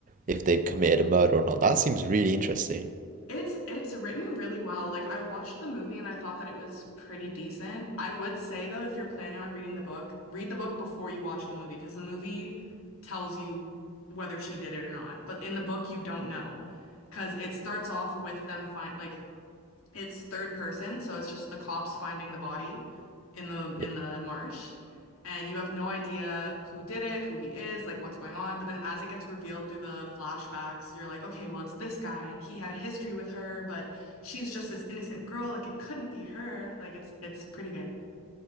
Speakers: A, on the right; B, on the left.
A: if they've committed a murder or not. That seems really interesting.
B: It's it's written really well. Like I watched the movie and I thought that it was pretty decent. I would say though, if you're planning on reading the book, read the book before you watch the movie because the movie tells you whether she did it or not. But in the book, you don't know because it starts off with them find like It's third person, so it's just the cops finding the body in the
A: Yeah.
B: in the marsh, and you have no idea who did it, who he is, like what's going on. But then as it gets revealed through the flashbacks, you're like, okay, well, it's this guy, and he had a history with her, but she's just this innocent girl, like it couldn't be her. Like it's it's pretty good.